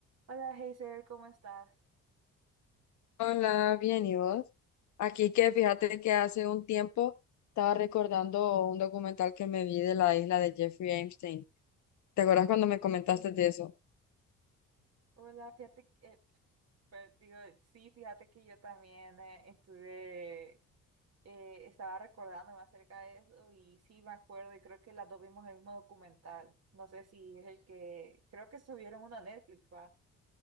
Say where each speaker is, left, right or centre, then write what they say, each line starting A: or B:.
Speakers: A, on the right; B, on the left.
A: Hola, Hazel, ¿cómo estás?
B: Hola, bien, ¿y vos? Aquí que fíjate que hace un tiempo estaba recordando un documental que me vi de la isla de Jeffrey Epstein. ¿Te acuerdas cuando me comentaste de eso?
A: Hola, fíjate que, eh, pues, digo, sí, fíjate que yo también eh, estuve, eh, estaba recordándome acerca de eso y sí me acuerdo y creo que las dos vimos el mismo documental. No sé si es el que, creo que subieron uno a Netflix, ¿va?